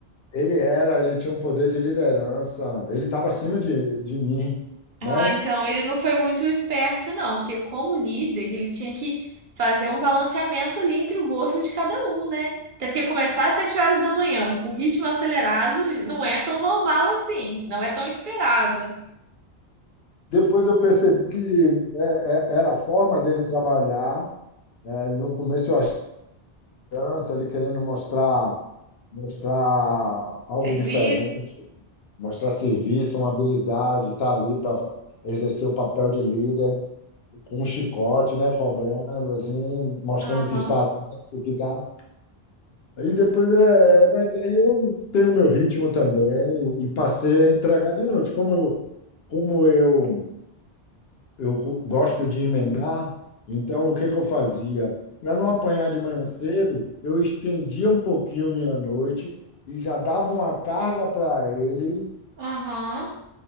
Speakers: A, on the left; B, on the right.
A: Ele era, ele tinha um poder de liderança, ele estava acima de, de mim,
B: Ah,
A: né?
B: então ele não foi muito esperto, não, porque como líder, ele tinha que fazer um balanceamento ali entre o gosto de cada um, né? Até porque começar às sete horas da manhã, com ritmo acelerado, não é tão normal assim, não é tão esperado.
A: Depois eu percebi que é, é, era a forma dele trabalhar. É, no começo eu achei criança, ele querendo mostrar, mostrar algo
B: Serviço.
A: diferente, mostrar serviço, uma habilidade, estar ali para exercer o papel de líder, com um chicote, né? Cobrando, assim, mostrando
B: Aham,
A: que está atento, que está. Aí depois é, é, mas aí eu tenho meu ritmo também e passei a entregar de noite. Como eu, como eu, eu gosto de emendar, então o que que eu fazia? Para não apanhar de manhã cedo, eu estendia um pouquinho minha noite e já dava uma carga para ele
B: aham.